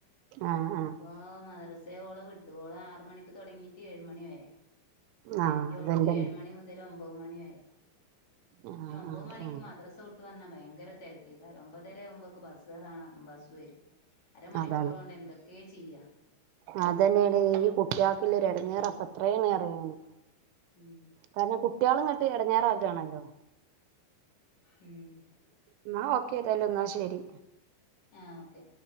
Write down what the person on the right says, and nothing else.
ആ ആ
ആ അതെന്റെ
ആ
ആ
ആ
അതാണ്
അതന്നെയാണ് ഈ കുട്ടിയാക്കുള്ള എടങ്ങേറ് അപ്പ- എറങ്ങേണ് എറങ്ങേണ്
കാരണം ആ കുട്ടികള് ഇങ്ങട്ട് എടങ്ങേറാക്കാണല്ലോ
എന്നാ ഓക്കേ ഏതായാലും അന്നാ ശെരി